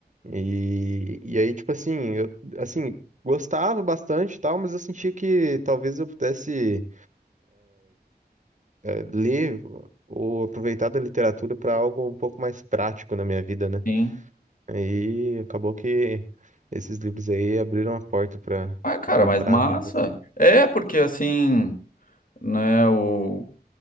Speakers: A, on the right (about 45°); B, on the left (about 50°).
A: E, e aí, tipo assim, eu, assim, gostava bastante e tal, mas eu sentia que talvez eu pudesse eh, ler ou aproveitar da literatura para algo um pouco mais prático na minha vida, né?
B: Sim.
A: Aí acabou que esses livros aí abriram a porta para
B: Ah, cara,
A: encontrar
B: mas massa.
A: novas.
B: É, porque assim, né, o